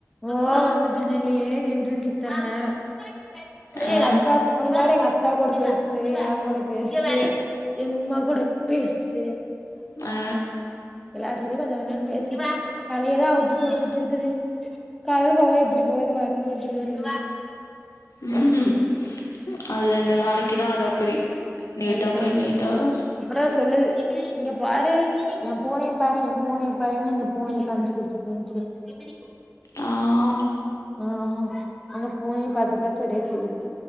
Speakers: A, in the centre; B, on the left.
A: ஓ வந்து ஜனல்லயே நின்ட்ருன்ச்சு இத்த நேரொ <unintelligible>
B: ஆ
A: கொஞ்ச நேர எங் அத் அத்தா கூட பேசுச்சு என் கூட பேசுச்சு எங்க உம்மா கூட பேசுச்சு
B: ஆ
A: எல்லாத்துகிட்யு கொஞ்ச கொஞ்சன் பேசிட்டு தலையெல்லா அவ்த்து போட்டு வெச்சுருக்குது கால்ல பாவ எப்புடி போது வரும்போது இப்புடி வருது
B: ம் அது ரெண்டு நாளைக்கி தா அது அப்டி நீட்டா
A: அதுதா
B: போய் நீட்டா வரு
A: அப்றோ சொல்லு இங்க பாரு ஏன் பூனைய பாரு ஏன் பூனைய பாருன்னு இந்த பூனைய காம்ச்சு குடுத்து <unintelligible>
B: <inaudible>
A: ஆமா அந்த பூனைய பாத்து பாத்து ஒரே சிரிப்பு